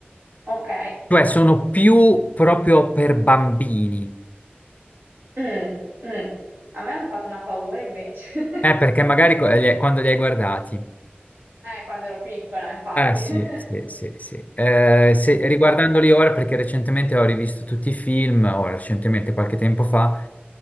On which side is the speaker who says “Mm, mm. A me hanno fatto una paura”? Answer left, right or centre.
Right